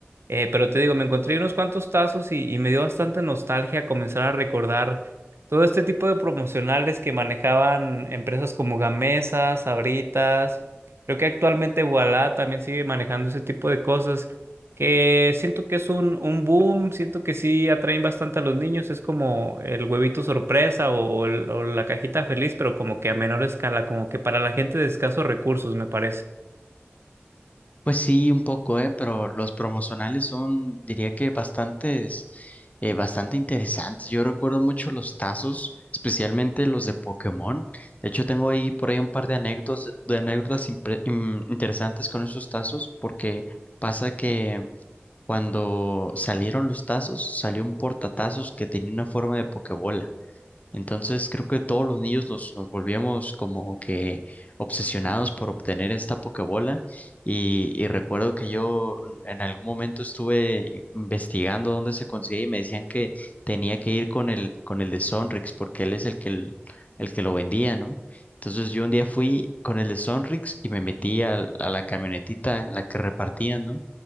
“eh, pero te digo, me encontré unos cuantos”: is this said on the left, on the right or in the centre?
Right